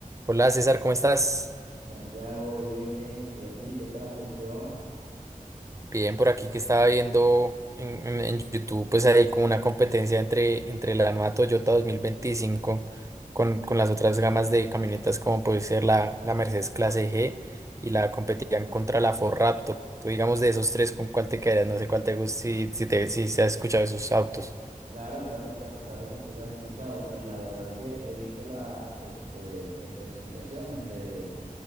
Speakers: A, on the right (about 20°); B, on the right (about 60°).
A: Hola César, ¿cómo estás?
B: Santiago, bien, bien. ¿Y a ti qué tal? ¿Cómo te va?
A: Bien, por aquí que estaba viendo en, en- en YouTube, pues hay como una competencia entre, entre la nueva Toyota 2025 con, con las otras gamas de camionetas como puede ser la, la Mercedes Clase G y la competían contra la Ford Raptor. Tú digamos de esos tres, ¿con cuál te quedarías? No sé cuál te gusta, si, si, te, si se has escuchado esos autos.
B: Claro, claro, claro, claro que sí lo has escuchado. Y la verdad que he visto las este, especificaciones de,